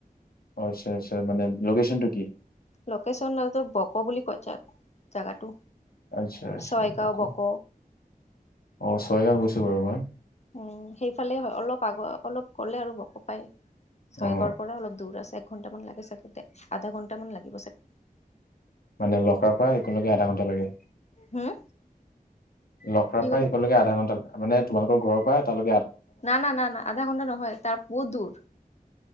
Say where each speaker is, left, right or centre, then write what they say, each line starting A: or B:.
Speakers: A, on the left; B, on the left.
A: অ, আচছা আচছা মানে লোকেচনটো
B: লোকেচন ন বক' বুলি কৈ জাগ-জাগাটো।
A: আচ্ছা আচ্ছা
B: ছয়গাওঁ,
A: বুকু।
B: বক'।
A: অ, ছয়গাওঁ গৈছো বাৰু মই।
B: উম সেইফালে হয় অলপ আগ অলপ গ'লে আৰু বক' পায়। ছয়গাঁৱৰ
A: অ
B: পৰা অলপ দূৰ আছে। এক ঘন্টামান লাগে চাগে দে। আধা ঘন্টামান লাগিব চাগে।
A: মানে লখৰা পৰা একেলকে আধা ঘণ্টা লাগে।
B: হুম
A: লখৰাৰ
B: কি
A: পৰা
B: ক'লে
A: এইকণলৈকে আধা ঘন্টা মানে তোমালোকৰ ঘৰৰ পৰা তালে
B: না-না-না-না। আধা ঘণ্টা নহয় তাৰ বহুত দূৰ।